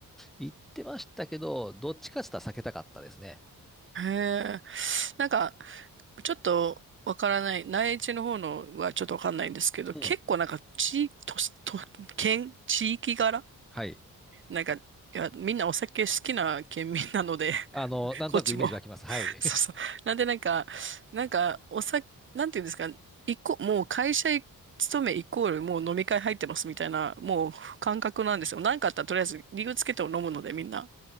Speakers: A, in the centre; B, on the right.
A: 行ってましたけど、どっちかって言ったら避けたかったですね。
B: へえ。なんか、ちょっとわからない、内地の方のはちょっとわかんないんですけど、
A: うん。
B: 結構なんか地、と、と、県、地域柄
A: はい。
B: なんか、いや、みんなお酒好きな県民なので、
A: あの、
B: <laughs>
A: なんとなくイメージ湧きます。
B: こっちも。
A: はい。
B: <laughs> そうそう。なんでなんか、なんか、お酒、なんていうんですか、一個、もう会社勤めイコールもう飲み会入ってますみたいな、もう感覚なんですよ。なんかあったらとりあえず理由つけて飲むのでみんな。